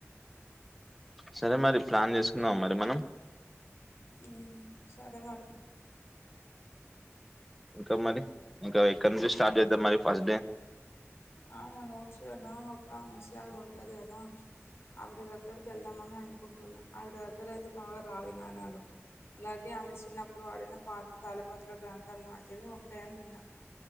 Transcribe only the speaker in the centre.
సరే మరి ప్లాన్ చేసుకుందామ మరి మనం
ఇంకా మరి ఇంకా ఎక్కడ నుంచి స్టార్ట్ చేద్దాం మరి ఫస్ట్ డే